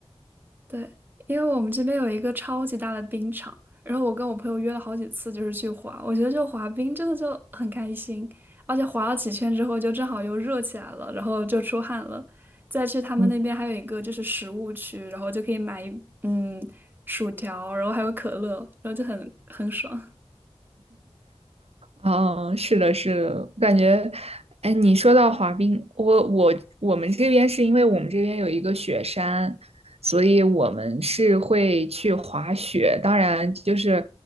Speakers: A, on the right (about 20°); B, on the right (about 75°).
A: 对，因为我们这边有一个超级大的冰场，然后我跟我朋友约了好几次，就是去滑。我觉得就滑冰真的就很开心，而且滑了几圈之后，就正好又热起来了，然后就出汗了。再去他们那边还有一个就是食物区，
B: 嗯，
A: 然后就可以买嗯薯条，然后还有可乐，然后就很很爽。
B: 哦，是的，是的，我感觉，哎，你说到滑冰，我我我们这边是因为我们这边有一个雪山，所以我们是会去滑雪。当然，就是